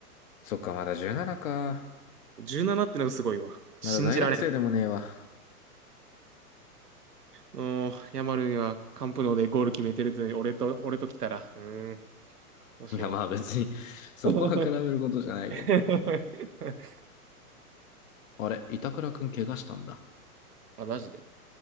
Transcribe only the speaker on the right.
17ってのがすごいわ。信じられん。
うヤマルにはカンプノーでゴール決めてるってのに、俺と、俺と来たら、うーん、どうしよ
う。<laughs>
あ、マジで。